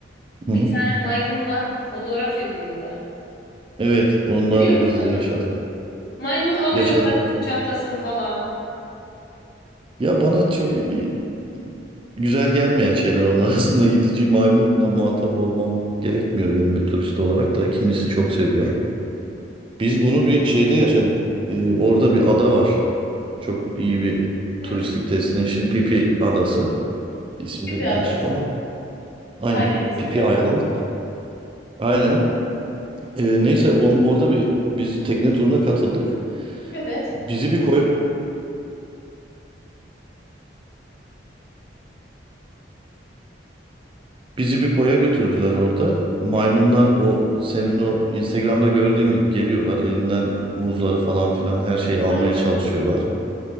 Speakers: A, on the right; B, on the left.
A: Hı
B: Bir
A: hı.
B: tane maymunla fotoğraf çekiliyorlar.
A: Evet, onları
B: Biliyor musun
A: biz
B: onu?
A: de yaşadık.
B: Maymun alıyor
A: Yaşadık,
B: kadının
A: yaşadık.
B: çantasını falan.
A: Ya bana çok
B: Hı.
A: e, güzel gelmeyen şeyler onun arasında <laughs> itici maymunla muhatap olmam gerekmiyor benim bir turist olarak da kimisi çok seviyor. Biz bunu bir şeyde yaşadık. Ee, orada bir ada var. Çok iyi bir
B: Hı.
A: turistik destination. Pipi Adası. İsmi
B: Gibi
A: de
B: adası.
A: değişik ama. Aynen.
B: Aynen ismi
A: Pipi
B: garip.
A: Island. Aynen. Ee, neyse on, orada bir biz tekne turuna katıldık.
B: Evet.
A: Bizi bir koy bizi bir koya götürdüler orada. Maymunlar
B: Evet.
A: o senin o Instagram'da gördüğün gibi geliyorlar. Elinden muzları falan filan her şeyi almaya
B: Aynen.
A: çalışıyorlar.